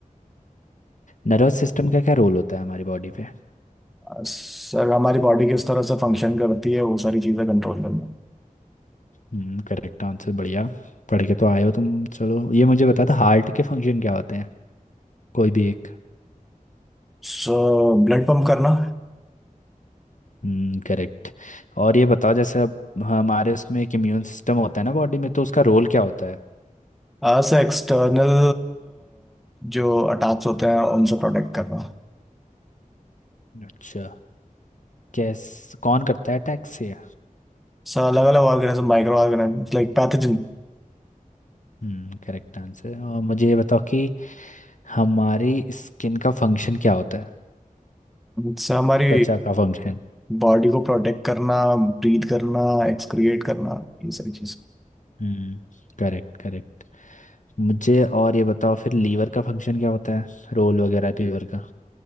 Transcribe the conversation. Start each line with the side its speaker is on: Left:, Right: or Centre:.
Left: नर्वस सिस्टम का क्या रोल होता है हमारी बॉडी पे
Centre: आ, सर हमारी बॉडी किस तरह से फंक्शन करती है वो सारी चीज़ें कंट्रोल करना
Left: हम्म करेक्ट आंसर बढ़िया पढ़ के तो आए हो तुम चलो ये मुझे बता दो हार्ट के फंक्शन क्या होते हैं कोई भी एक
Centre: सो ब्लड पंप करना
Left: हम्म करेक्ट और ये बताओ जैसे अब हमारे उसमें एक इम्यून सिस्टम होता है ना बॉडी में तो उसका रोल क्या होता है
Centre: अस एक्सटर्नल जो अटैक्स होते हैं उनसे प्रोटेक्ट करना
Left: अच्छा कैस कौन करता है अटैक से
Centre: सो अलग अलग organism micro organism like pathogen
Left: हम्म Correct answer और मुझे ये बताओ कि हमारी स्किन का फंक्शन क्या होता है
Centre: से हमारी
Left: त्वचा का फंक्शन
Centre: बॉडी को प्रोटेक्ट करना ब्रीथ करना एक्सक्रिएट करना ये सारी चीज़ें
Left: हम्म करेक्ट करेक्ट मुझे और ये बताओ फिर लीवर का फंक्शन क्या होता है रोल वगैरह लीवर का